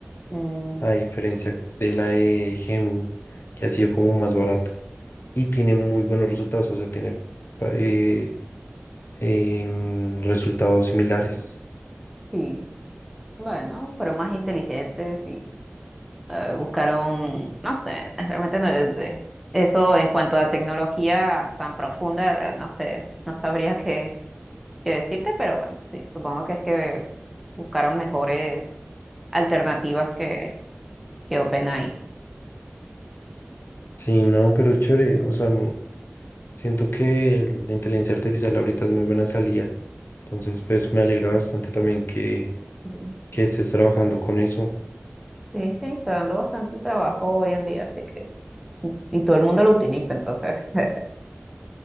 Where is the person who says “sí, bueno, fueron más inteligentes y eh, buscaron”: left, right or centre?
Centre